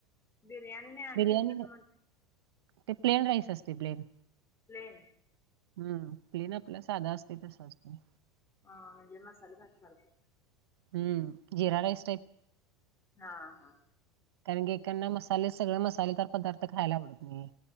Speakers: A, on the left; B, on the right.
A: बिर्याणी नाही, आणि
B: बिर्याणी
A: कुठलं
B: नाही,
A: तर म्हणले.
B: ते प्लेन राईस असते प्लेन.
A: प्लेन.
B: हूं प्लेन आपल साधा असतय तस असते.
A: हा हा म्हणजे मसालेभात सारखं.
B: हूं जीरा राईस टाईप.
A: हा हा!
B: कारण की ऐकांंना मसाले, सगळ मसालेदार पदार्थ खायला आवडत नाही.